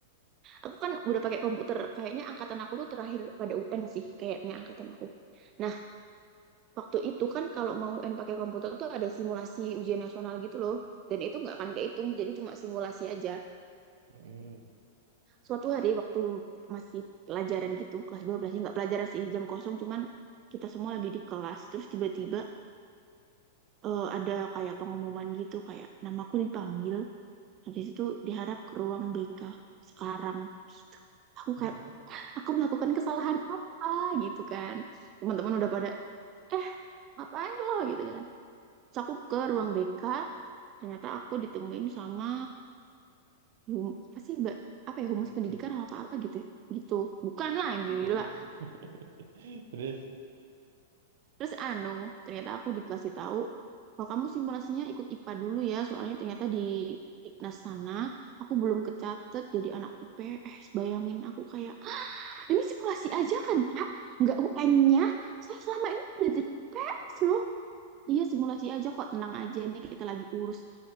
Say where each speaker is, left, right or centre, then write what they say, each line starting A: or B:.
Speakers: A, on the right (about 35°); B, on the right (about 60°).
A: Aku kan udah pakai komputer. Kayaknya angkatan aku tuh terakhir pada UN sih, kayaknya angkatan aku. Nah, waktu itu kan kalau mau UN pakai komputer tuh ada simulasi ujian nasional gitu loh. Dan itu nggak akan kehitung, jadi cuma simulasi aja.
B: Mm-mm.
A: suatu hari waktu masih pelajaran gitu kelas dua belas nggak pelajaran sih jam kosong cuman kita semua lagi di kelas terus tiba-tiba eh, ada kayak pengumuman gitu kayak namaku dipanggil habis itu diharap ke ruang BK sekarang gitu aku
B: Itu
A: kayak
B: kenapa?
A: aku melakukan kesalahan apa gitu kan teman-teman udah pada eh ngapain lo gitu kan terus aku ke ruang BK ternyata aku ditemuin sama hum, apa sih mbak apa ya humas
B: Polisi.
A: pendidikan apa apa gitu ya. gitu bukan lah
B: <laughs>
A: gila
B: Terus,
A: Terus anu, ternyata aku dikasih tahu kalau kamu simulasinya ikut IPA dulu ya, soalnya ternyata di Iknas sana aku belum kecatet jadi anak IPS. Bayangin aku kayak, "Ah, ini simulasi aja kan, Kak? Nggak UN-nya. Saya selama ini udah jadi IPS loh. Iya, simulasi aja kok, tenang aja ini kita lagi urus.